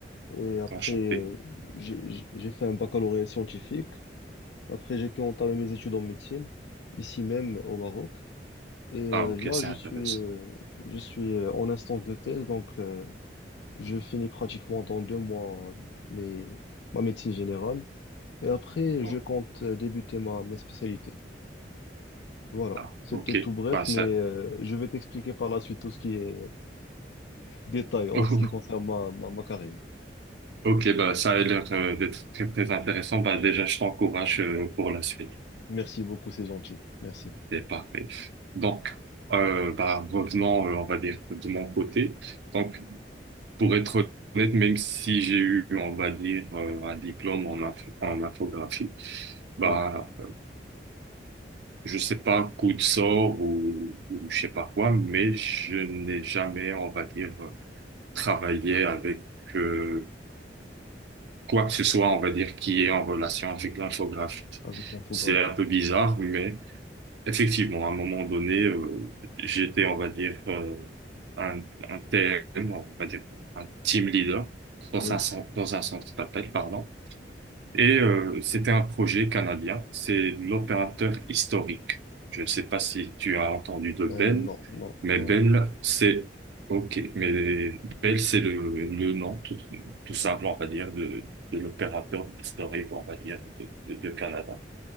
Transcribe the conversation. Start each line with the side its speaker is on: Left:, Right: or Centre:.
Left: et après
Right: Enchanté.
Left: euh, j'ai j'ai- j'ai fait un baccalauréat scientifique. Après j'ai pu entamer mes études en médecine ici même au Maroc. Et euh,
Right: Ah, ok,
Left: là
Right: c'est
Left: je
Right: intéressant.
Left: suis euh, je suis euh, en instance de thèse donc euh, je finis pratiquement dans deux mois euh, mes ma médecine générale. Et après,
Right: Bon.
Left: je compte euh, débuter ma, ma spécialité. Voilà.
Right: Ah,
Left: C'était
Right: ok.
Left: tout bref,
Right: Bah, ça,
Left: mais euh, je vais t'expliquer par la suite tout ce qui est euh, détail en
Right: <laughs>
Left: ce qui concerne ma, ma, ma carrière.
Right: ok, bah, ça a l'air euh, d'être très, très intéressant. Bah, déjà, je t'encourage euh, pour la suite.
Left: Merci beaucoup, c'est gentil. Merci.
Right: C'est parfait. Donc, euh, bah, revenons, euh, on va dire, de mon côté. Donc, pour être honnête, même si j'ai eu, on va dire, euh, un diplôme en, inf- en infographie, bah,
Left: Oui,
Right: je sais pas, coup de sort ou, ou je sais pas quoi, mais je n'ai jamais, on va dire, euh, travaillé avec euh, quoi que ce soit, on va dire, qui est en relation avec l'infographie.
Left: avec l'infographie.
Right: C'est un peu bizarre, mais effectivement, à un moment donné, euh, j'étais, on va dire, euh, un, un TM, on va dire, un team leader dans
Left: Oui.
Right: un centre, dans un centre d'appel, pardon. Et euh, c'était un projet canadien, c'est l'opérateur historique. Je ne sais pas si tu as entendu de Bell,
Left: Euh, non, non,
Right: mais
Left: non.
Right: Bell, c'est OK, mais Bell, c'est le, le nom tout, tout simple, on va dire, de, de l'opérateur historique, on va dire, de, de- de Canada.